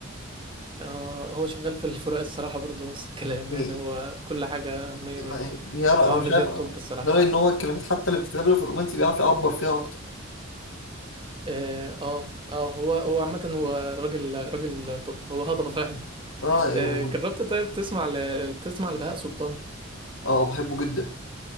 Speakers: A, on the right; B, on the left.
A: آه هو شغال في الفراق الصراحة برضو نفس الكلام
B: يعني
A: يعني هو كل حاجة مية مية
B: يعني بيعرف انا
A: هو عمرو
B: مش عارف
A: دياب
B: انا
A: توب الصراحة
B: رايي ان هو الكلمات حتى اللي بتتكتب له في الرومانسي بيعرف يعبر فيها اكتر
A: اه اه آه، هو هو عامة هو راجل راجل توب هو هضبة فعلا
B: اه آه،
A: <laughs> آه جربت طيب تسمع ل... تسمع لبهاء سلطان
B: اه بحبه جدا